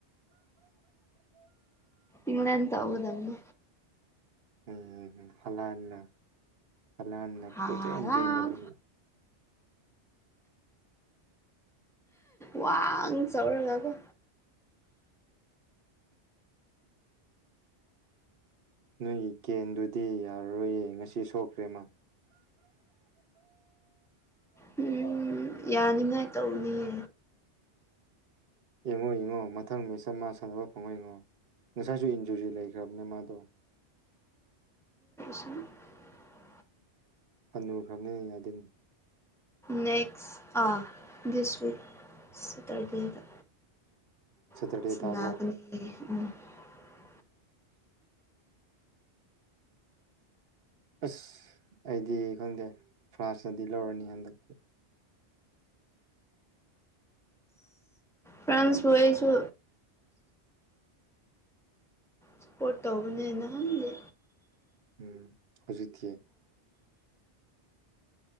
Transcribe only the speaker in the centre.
ꯢꯤꯡꯂꯦꯟ ꯇꯧꯒꯗꯧꯅꯦ
ꯍꯥꯂꯥꯟ
ꯋꯥꯡ ꯆꯥꯎꯧꯔꯒ
ꯎꯝ ꯌꯥꯅꯤꯡꯉꯥꯏ ꯇꯧꯅꯤꯌꯦ
<unintelligible>
ꯅꯦꯛꯁ ꯑꯥ ꯗꯤꯁ ꯋꯤꯛ ꯁꯦꯇꯔꯗꯦꯗ
<inaudible>
<unintelligible>
ꯐ꯭ꯔꯁꯕꯨꯣꯏꯁꯨ ꯁꯄꯣꯔꯠ ꯇꯧꯕꯅꯦꯅ ꯍꯪꯖꯦ